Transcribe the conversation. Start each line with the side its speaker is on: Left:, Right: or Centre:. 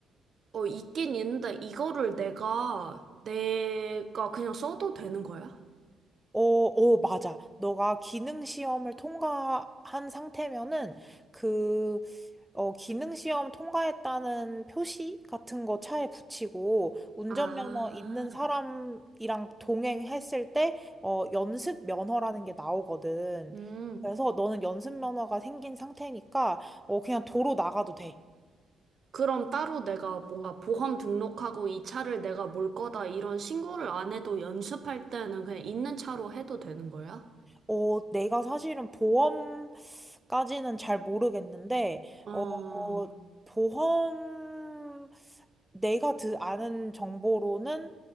Right: 어, 있긴 있는데 이거를 내가 내가 그냥 써도 되는 거야?
Centre: 어, 어, 맞아. 너가 기능 시험을 통과한 상태면은 그, 어, 기능 시험 통과했다는 표시 같은 거 차에 붙이고 운전면허
Right: 아,
Centre: 있는 사람이랑 동행했을 때, 어, 연습 면허라는 게 나오거든.
Right: 음.
Centre: 그래서 너는 연습 면허가 생긴 상태니까, 어, 그냥 도로 나가도 돼.
Right: 그럼 따로 내가 뭔가 보험 등록하고 이 차를 내가 몰 거다 이런 신고를 안 해도 연습할 때는 그냥 있는 차로 해도 되는 거야?
Centre: 어, 내가 사실은 보험 까지는 잘 모르겠는데,
Right: 어,
Centre: 어, 보험, 내가 드, 아는 정보로는